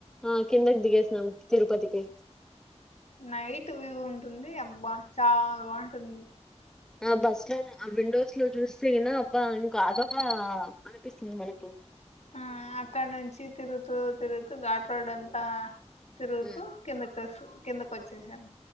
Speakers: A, in the centre; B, on the left.
A: ఆ కిందకి దిగేసినాం తిరుపతికి
B: నైట్ వ్యూ ఉంటుంది అబ్బా చాలా బాగుంటుంది
A: ఆ బస్ లో ఆ విండోస్ లో చూస్తనా అబ్బా ఇంకా అదోగా అనిపిస్తుంది మనకు
B: ఆ అక్కడ నుంచి తిరుగుతూ తిరుగుతూ ఘాట్ రోడ్ అంతా తిరుగుతూ
A: ఉమ్
B: కిందక వ కిందకి వచ్చేసాం